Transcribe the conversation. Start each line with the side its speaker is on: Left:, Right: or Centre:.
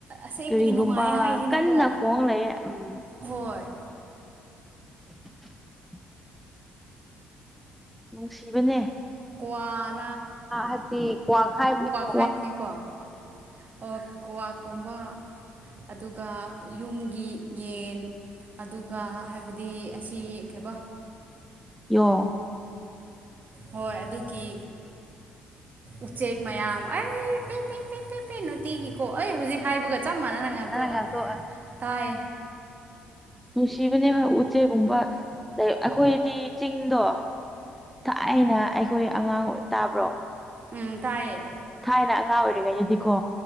Right: ꯑꯁꯦꯡꯕꯒꯤ
Centre: ꯀꯔꯤꯒꯨꯝꯕ
Right: ꯅꯨꯡꯉꯥꯏ ꯍꯥꯏꯁꯤꯅꯀꯣ
Centre: ꯀꯟꯅ ꯈꯣꯡ ꯂꯩꯌꯦꯦ ꯎꯝ
Right: ꯍꯣꯏ
Centre: <inaudible> ꯅꯨꯡꯁꯤꯕꯅꯦ
Right: ꯀꯋꯥꯔ
Centre: ꯍꯥꯏꯕꯗꯤ ꯀ꯭ꯋꯥꯛ ꯍꯥꯏꯕꯅꯦꯀ
Right: ꯍꯥꯏꯕꯅꯦꯀꯣ ꯑꯣ ꯀꯋꯥ ꯀꯨꯝꯕꯥ ꯑꯗꯨꯒ ꯌꯨꯝꯒꯤ ꯌꯦꯟ ꯑꯗꯨꯒ ꯍꯥꯏꯕꯗꯤ ꯑꯁꯤ ꯀꯩꯕꯣ
Centre: ꯌꯣꯡ
Right: ꯍꯣꯏ ꯑꯗꯨꯒꯤ ꯎꯆꯦꯛ ꯃꯌꯥꯝ ꯑꯩ ꯄꯦꯦꯦ ꯄꯦ ꯅꯨꯡꯇꯤꯒꯤꯀꯣ ꯑꯩ ꯍꯧꯖꯤꯛ ꯍꯥꯏꯕꯒ ꯆꯞ ꯃꯥꯟꯅꯅ ꯉꯥꯛꯊꯣꯛꯑ
Centre: ꯅꯪꯅ ꯉꯥꯛꯇꯣꯛꯑ
Right: ꯇꯥꯏ
Centre: ꯅꯨꯡꯁꯤꯕꯅꯦ ꯍꯣꯏ ꯎꯆꯦꯛꯒꯨꯝꯕ ꯂꯩ ꯑꯩꯈꯣꯏꯗꯤ ꯆꯤꯡꯗꯣ ꯊꯥꯏ ꯑꯅ ꯑꯩꯈꯣꯏ ꯑꯉꯥꯡ ꯑꯣꯏ ꯇꯥꯕ꯭ꯔꯣ
Right: ꯎꯝ ꯇꯥꯏꯌꯦ
Centre: ꯊꯥꯏꯅ ꯑꯉꯥꯡ ꯑꯣꯏꯔꯤꯉꯩꯗꯗꯤꯀꯣ